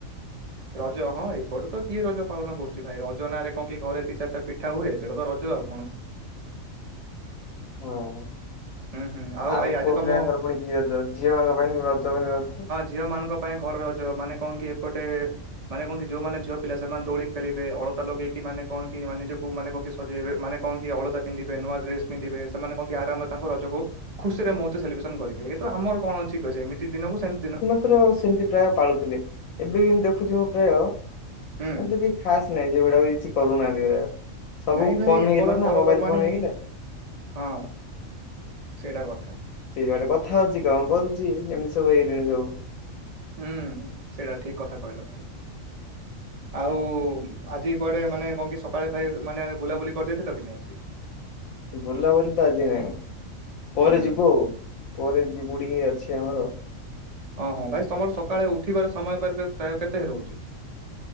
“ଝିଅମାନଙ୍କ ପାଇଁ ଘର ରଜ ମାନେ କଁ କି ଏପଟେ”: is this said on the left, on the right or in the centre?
Right